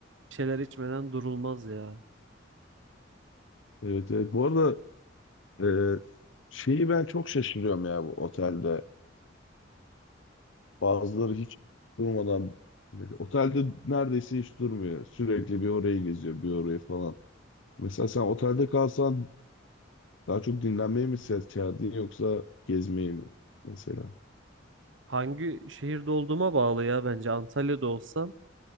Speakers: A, on the right; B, on the left.
A: şeyler içmeden durulmaz ya.
B: Evet evet. Bu arada e, şeyi ben çok şaşırıyorum ya bu otelde. Bazıları hiç durmadan otelde neredeyse hiç durmuyor. Sürekli bir orayı geziyor, bir orayı falan. Mesela sen otelde kalsan Daha çok dinlenmeye mi ses çağırdın yoksa gezmeyi mi mesela?
A: Hangi şehirde olduğuma bağlı ya bence. Antalya'da olsam